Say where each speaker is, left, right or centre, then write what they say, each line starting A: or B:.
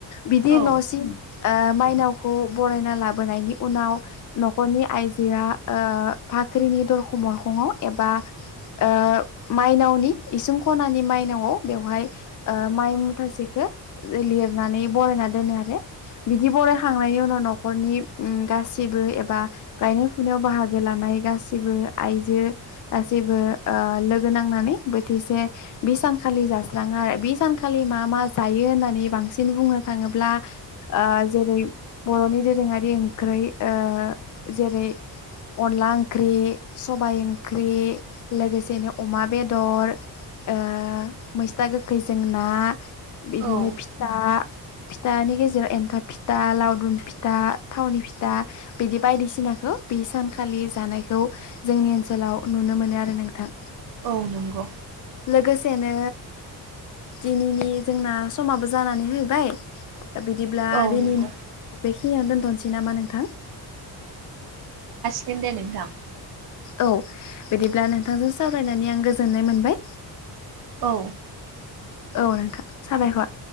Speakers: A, on the left (about 50°); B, on the right (about 65°).
A: बिदि
B: औ
A: न'सिम ओ माइनावखौ बरायना लाबोनायनि उनाव न'खरनि आइजोया ओ फाख्रिनि दरखं मोरखङाव एबा ओ मायनावनि इसिं खनानि माइनावआव बेवहाय माइ मुथासेखौ लिरनानै बरायना दोनो आरो बिदि बरायखांनायनि उनाव न'खरनि गाैबो एबा गायनाय फुनायाव बाहागो लानाय गाैबो आइजो गाैबो ओ लोगो नांनानै बोथिसे बि सानखालि जास्राङो आरो बि सानखालि मा मा जायो होननानै बांसिन बुंनो थाङोब्ला ओ जेरै बर'नि दोरोङारि ओंख्रै ओ जेरै अनला ओंख्रि सबाइ ओंख्रि लोगोसेनो अमा बेदर ओ मैसथा गोखैजों ना बिदिनो
B: औ
A: फिथा फिथानि गेजेराव एन्थाब फिथा लावदुम फिथा थावनि फिथा बिदि बायदिसिनाखौ बे सानखालि जानायखौ जोंनि ओनसोलाव नुनो मोनो आरो नोंथां
B: औ नंगौ
A: लोगोसेनो दिनैनि जोंना समाबो जानानै होबाय दा बिदिब्ला
B: औ
A: दिनैनि
B: नंगौ
A: <unintelligible> खिनियावनो दोनथ'नोसै नामा नोंथां
B: दोनदो नोंथां
A: औ बिदिब्ला नोंथांजों सावरायनानै आं गोजोननाय मोनबाय
B: औ
A: औ नोंथां साबायखर